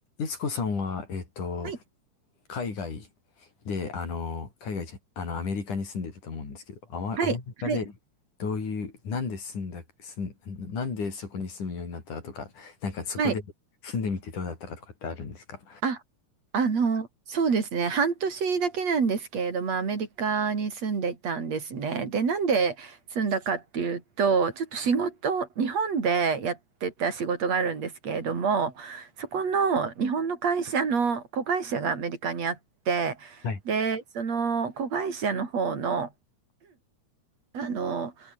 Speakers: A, on the left; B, on the right.
A: スコさんは、えっと、
B: はい、
A: 海外で、あの、海外じゃ、あの、アメリカに住んでたと思うんですけど、あわ、
B: はい、
A: アメリカで、
B: はい、
A: どういう、なんで住んだ、住ん、なんでそこに住むようになったかとか、なんかそこで住んでみてどうだったかとかってあるんですか
B: はい。あ、あの、そうですね。半年だけなんですけれども、アメリカに住んでいたんですね。で、なんで住んだかっていうと、ちょっと仕事、日本でやってた仕事があるんですけれども、そこの日本の会社の子会社がアメリカにあって、
A: はい。
B: で、その子会社の方の、あの、